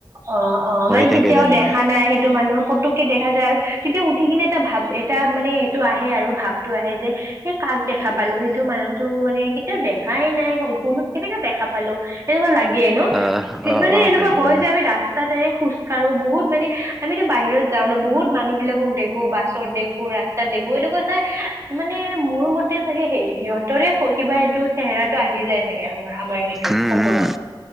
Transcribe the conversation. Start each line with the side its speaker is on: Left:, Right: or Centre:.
Right: অঁ' অঁ'
Centre: হৈ
Right: মানে
Centre: থাকে
Right: কেতিয়াও
Centre: তেনেকুৱা
Right: দেখা নাই সেইটো মানুহ পতককে দেখা যায় আৰু- তেতিয়া উঠি কিনে এটা ভাব এটা- মানে এইটো আহে আৰু ভাবটো আহে যে এই কাক দেখা পালো সেইটো মানুহটো মানে- কেতিয়াও দেখাই নাই সপোনত কেনেকে দেখা পালো এনেকুৱা লাগে ন'
Centre: আহ অ',
Right: মানে
Centre: অ',
Right: এনেকুৱা
Centre: সেনেকুৱা
Right: হয়-
Centre: নাই।
Right: ৰাস্তাতে খুজ কাঢ়ো বহুত মানে আমিতো বাহিৰত যাওঁ ন বহুত মানুহ বিলাকো দেখ- খো বাছত দেখো ৰাস্তাত দেখো এনেকুৱা চাই মানে মোৰ মতে চাগে সিহঁত- তৰে কিবা এইটো চেহেৰাটো আহি যায়। থাকে আমাৰ আমাৰ সেইটোত
Centre: উম,
Right: সপোনত
Centre: উম,